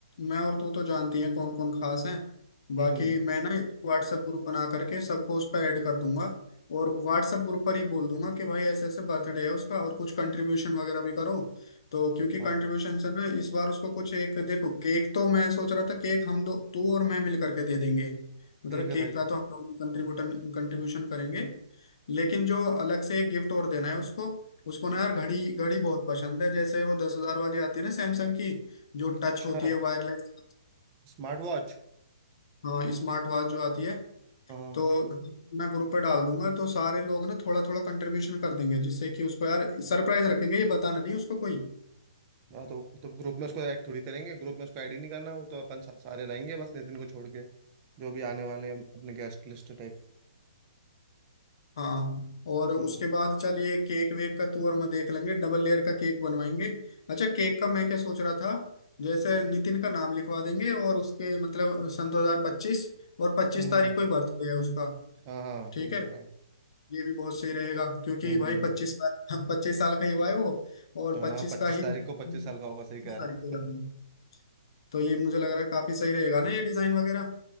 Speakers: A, on the left (about 60°); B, on the right (about 30°).
A: मैं और तू तो जानती हैं कौन कौन खास हैं बाकी
B: हम्म
A: मैं ना एक व्हाट्सएप ग्रुप बना करके सबको उस पर ऐड कर दूंगा और व्हाट्सएप ग्रुप पर ही बोल दूंगा कि भाई ऐसे ऐसे बर्थडे है उसका और कुछ कंट्रीब्यूशन वगैरह भी करो तो क्योंकि कंट्रीब्यूशन
B: हाँ
A: से ना इस बार उसको कुछ एक देखो केक तो मैं सोच रहा था केक हम दो तू और मैं मिल करके दे देंगे मतलब
B: ठीक है
A: केक
B: भाई
A: का तो हम लोग कंट्रीब्यूटन कंट्रीब्यूशन करेंगे लेकिन जो अलग से एक गिफ्ट और देना है उसको उसको ना यार घड़ी घड़ी बहुत पसंद है जैसे वो दस हजार वाली आती है ना सैमसंग की जो टच
B: अच्छा
A: होती है वायरलेस
B: Smart watch
A: हाँ स्मार्ट वॉच जो आती है
B: हाँ
A: तो मैं ग्रुप पे डाल दूंगा तो सारे लोग ना थोड़ा थोड़ा कंट्रीब्यूशन कर देंगे जिससे कि उसको यार सरप्राइज रखेंगे ये बताना नहीं उसको कोई
B: हाँ तो, तो ग्रुप में उसको ऐड थोड़ी करेंगे ग्रुप में उसको ऐड ही नहीं करना वो तो अपन सा- सारे रहेंगे बस नितिन को छोड़ के जो भी आने वाले हैं, अपने गेस्ट लिस्ट टाइप
A: हाँ और उसके
B: हम्म
A: बाद चल ये केक वेक का तू और मैं देख लेंगे डबल लेयर का केक बनवाएंगे अच्छा केक का मैं क्या सोच रहा था जैसे नितिन का नाम लिखवा देंगे और उसके मतलब सन 2025 और 25
B: हम्म हम्म,
A: तारीख को ही बर्थडे है उसका
B: हाँ हाँ
A: ठीक
B: सही
A: है
B: कह रहा है
A: ये भी बहुत सही रहेगा क्योंकि
B: हम्म
A: भाई
B: हम्म,
A: पच्चीस साल हाँ, पच्चीस साल का ही हुआ है वो और
B: हाँ
A: पच्चीस
B: पच्चीस
A: का ही
B: तारीख
A: 25
B: को पच्चीस साल का होगा सही कह
A: तारीख
B: रहा
A: को जाना
B: है
A: है तो ये मुझे लग रहा है काफी सही रहेगा ना ये डिजाइन वगैरह